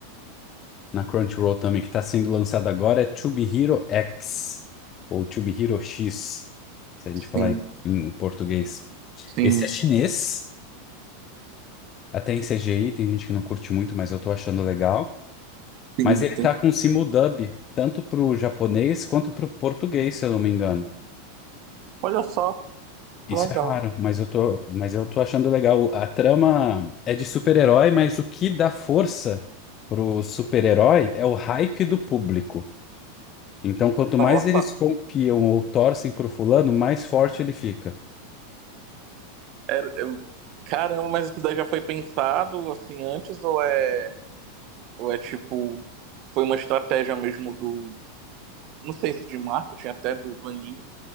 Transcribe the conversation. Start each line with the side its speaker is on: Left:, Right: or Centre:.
Left: na Crunchyroll também, que tá sendo lançado agora, é To Be Hero X, ou To Be Hero X, se a gente
Right: sim,
Left: falar em, em português.
Right: sim,
Left: Esse é chinês, até em CGI, tem gente que não curte muito, mas eu tô achando legal.
Right: sim.
Left: Mas ele
Right: sim.
Left: tá com simuldub, tanto pro japonês quanto pro português, se eu não me engano.
Right: Olha só,
Left: Isso
Right: legal.
Left: é raro, mas eu tô, mas eu tô achando legal. A trama é de super-herói, mas o que dá força pro super-herói é o hype do público. Então, quanto
Right: Nossa,
Left: mais eles confiam ou torcem pro fulano, mais forte ele fica.
Right: era- eu- caramba, mas isso daí já foi pensado assim antes ou é, ou é tipo, foi uma estratégia mesmo do, não sei se de marketing até do, do anime,